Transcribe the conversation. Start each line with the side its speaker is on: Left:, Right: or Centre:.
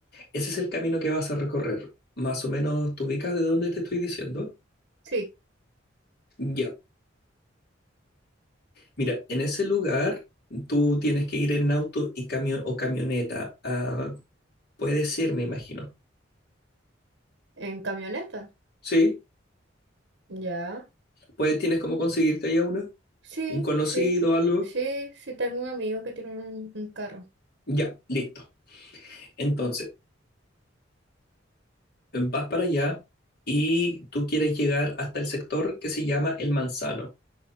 Left: Ese es el camino que vas a recorrer. Más o menos, ¿te ubicas de dónde te estoy diciendo?
Right: sí,
Left: Ya. Mira, en ese lugar tú tienes que ir en auto y camión o camioneta. Ah, puede ser, me imagino.
Right: en camioneta.
Left: Sí,
Right: Ya,
Left: pues tienes cómo conseguirte ahí a una,
Right: sí,
Left: un conocido,
Right: sí,
Left: algo.
Right: sí, sí, tengo un amigo que tiene un, un carro.
Left: Ya, listo. Entonces, vas para allá y tú quieres llegar hasta el sector que se llama El Manzano,